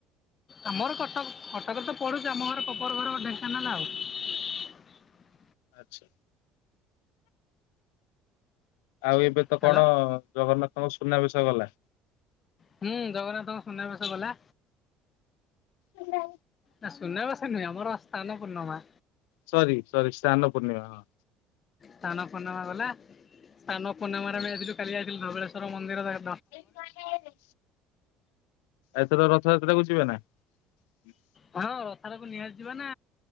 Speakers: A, on the left; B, on the left.
A: ଆମର କଟକ କଟକରେ ତ ପଡୁଛି ଆମ ଘର କବର ଘର େସନ୍ ନଲା ଆଉ
B: ଆଚଛା ଆଉ ଏବେ ତ
A: ହ୍ୟାଲୋ।
B: କଣ ଜଗନ୍ନାଥଙ୍କ ସୁନା ବିଷୟ ଗଲା
A: ହୁଁ ଜଗନ୍ନାଥଙ୍କୁ ଶଣ ବେଶ ବଲେ
B: ହେ
A: ନା ସୁୁନା ବସ ନୁହଁ ଆମର ଅସ୍ଥା ନ ପୂର୍ଣ୍ଣିମା
B: ସାର ସରି ଶାନ ପୂର୍ଣ୍ଣିମା
A: ସ୍ଥାନ ପୂର୍ଣ୍ଣିମା ଗଲା ସ୍ଥାନ ପୂର୍ଣ୍ଣିମାରେ ବି ଆଜିଠୁ କାଲି ଆସଥିଲି ଧବଳେଶ୍ୱଵର ମନ୍ଦିର ଦର
B: ଆଉ ଏତେର ରଥଯାତ୍ରାକୁ ଯିବେ ନା ହୁଁ
A: ହଁ ରଥଟାକୁ ନିହାସି ଯିବା ନା